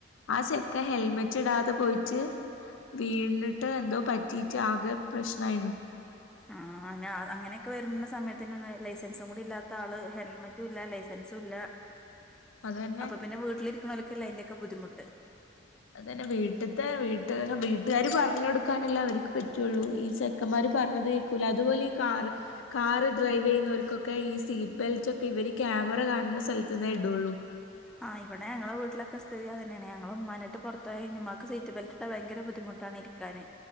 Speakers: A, on the left (about 80°); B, in the centre.
A: ആഹ് ചെക്ക ഹെൽമെറ്റ്ടാതെ പോയിട്ട് വീണിട്ട് എന്തോ പറ്റീറ്റ് ആകെ പ്രശ്നായിന്നു
B: ആഹ് അ അങ്ങനെക്കെ വരുന്ന സമയത്തെന്നെ ലൈസൻസും കുടി ഇല്ലാത്ത ആള് ഹെൽമെറ്റു ഇല്ല ലൈസൻസൂല്ല
A: അതന്നെ
B: അപ്പൊ പിന്നെ വീട്ടിലിരിക്ക്ണോൽക്കല്ലെ അയിന്റെ ക്ക ബുദിമുട്ട്
A: അതെന്നെ വീട്ട്ത്തെ വീട്ട് വീട്ടുകാര് പർഞ്ഞൊട്ക്കാനല്ലെ അവർക്ക് പറ്റൊള്ളു ഈ ചെ ക്കന്മാര് പറഞ്ഞത് കേൾക്കൂല അതുപോലെ ഈ കാറ് കാറ് ഡ്രൈവ് ചെയ്യുന്നവർക്കൊക്കെ ഈ സീറ്റ് ബെൽറ്റക്കെ ഇവര് ക്യാമറ കാണുന്ന സ്ഥലത് ന്നെ ഇടുള്ളൂ
B: ആഹ് ഇവിടെ ഞങ്ങള വീട്ടിലൊക്കെ സ്ഥിതി അതെന്നെയാണ് ഞങ്ങള് ഉമാനയ്ട്ട പൊർത്തായിയ്ഞ്ഞമക്ക് സീറ്റ് ബെൽറ്റ്ട്ട ഭയങ്ക ബുദ്ധിമുട്ടാണ് ക്കാനെ